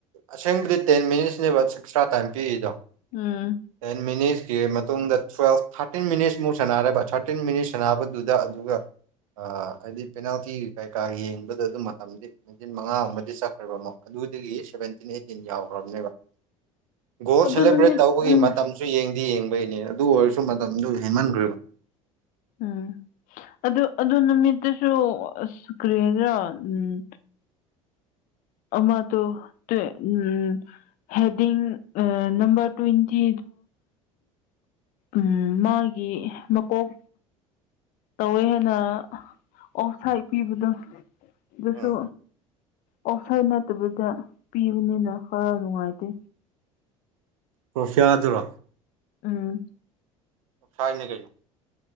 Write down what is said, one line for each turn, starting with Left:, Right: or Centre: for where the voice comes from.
Right: ꯑꯁꯦꯡꯕꯗꯤ ꯇꯦꯟ ꯃꯤꯅꯤꯠꯁꯅꯦꯕ ꯑꯦꯛꯁꯇ꯭ꯔꯥ ꯇꯥꯏꯝ ꯄꯤꯔꯤꯗꯣ
Left: ꯎꯝ
Right: ꯇꯦꯟ ꯃꯤꯅꯤꯠꯁ ꯀ ꯃꯇꯨꯡꯗ ꯇꯨꯋꯦꯜꯐ ꯊꯥꯔꯇꯤꯟ ꯃꯤꯅꯤꯠꯁꯃꯨꯛ ꯁꯥꯟꯅꯔꯦꯕ ꯊꯥꯔꯇꯤꯟ ꯃꯤꯅꯤꯠꯁ ꯁꯥꯟꯅꯕꯗꯨꯗ ꯑꯗꯨꯒ ꯍꯥꯏꯗꯤ ꯄꯦꯅꯥꯜꯇꯤ ꯀꯩꯀꯥ ꯌꯦꯡꯕꯗ ꯑꯗꯨꯝ ꯃꯇꯝꯗꯤ ꯊꯤꯟ ꯃꯉꯥꯒꯨꯝꯕꯗꯤ ꯆꯠꯈ꯭ꯔꯕ ꯑꯃ ꯑꯗꯨ ꯁꯚꯦꯟꯇꯤꯟ ꯑꯩꯠꯇꯤꯟ ꯌꯥꯎꯈ꯭ꯔꯕꯅꯦꯕ ꯒꯣꯜ
Left: ꯑꯗꯨ
Right: ꯁꯦꯂꯦꯕ꯭ꯔꯦꯠ
Left: ꯅꯨꯃꯤꯠ
Right: ꯇꯧꯕꯒꯤ
Left: ꯎꯝ
Right: ꯃꯇꯝꯁꯨ ꯌꯦꯡꯗꯤ ꯌꯦꯡꯉꯨ ꯩꯅꯦ ꯑꯗꯨ ꯑꯣꯏꯔꯁꯨ ꯃꯇꯝꯗꯨ ꯍꯦꯟꯃꯟꯈ꯭ꯔꯦꯔꯤꯕ
Left: ꯎꯝ ꯑꯗꯨ ꯑꯗꯨ ꯅꯨꯃꯤꯠꯇꯨꯁꯨ ꯑ ꯀꯔꯤꯗ꯭ꯔꯥ ꯎꯝ ꯑꯃ ꯎꯝ ꯍꯦꯗꯤ ꯑ ꯅꯝꯕꯝꯕꯔ ꯇ꯭ꯋꯦꯟꯇꯤ ꯎ ꯃꯥꯒꯤ ꯃꯀꯣꯛ ꯇꯧꯋꯦ ꯍꯥꯏꯦꯟꯅ ꯑꯣꯐꯁꯥꯏ ꯄꯤꯕꯗ ꯑꯗꯨꯁꯨ
Right: ꯎꯝ
Left: ꯑꯣꯐꯔ ꯅꯠꯇꯕꯤꯗ ꯄꯤꯕꯅꯤꯅ ꯈꯔ ꯅꯨꯡꯉꯥꯏꯇꯦ꯫
Right: ꯁ꯭ꯌꯥꯗꯨꯔꯣ
Left: ꯎꯝ
Right: ꯐꯥꯏꯅꯤ ꯀꯩꯅꯣ